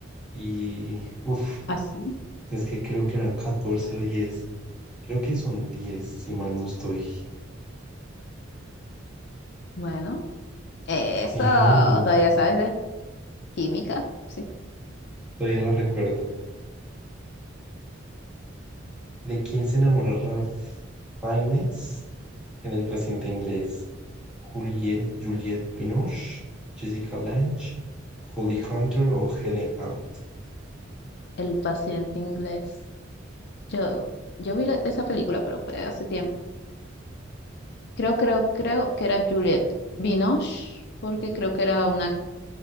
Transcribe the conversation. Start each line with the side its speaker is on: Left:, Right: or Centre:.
Centre: Y, uff,
Left: Así.
Centre: es que creo que eran 14 o diez Creo que son 10 si mal no estoy.
Left: Bueno. Eso,
Centre: <laughs> Bien,
Left: todavía sabes química, sí,
Centre: todavía la recuerdo. ¿De quién se enamora Ralph Fiennes en El paciente inglés? Juliet, Juliette Binoche, Jessica Lange, Holly Hunter o Helen Hunt.
Left: el paciente inglés. Yo, yo vi la- esa película, pero fue hace tiempo. Creo, creo, creo que era Juliette Binoche, porque creo que era una